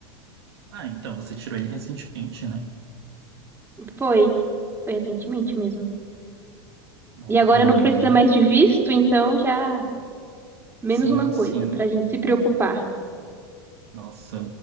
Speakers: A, on the right (about 65°); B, on the right (about 15°).
A: Ah, então você tirou ele recentemente, né?
B: Foi. Foi recentemente mesmo.
A: É,
B: E agora
A: O meu,
B: não precisa mais de visto, então já menos
A: sim,
B: uma coisa
A: sim.
B: pra gente se preocupar.
A: Nossa,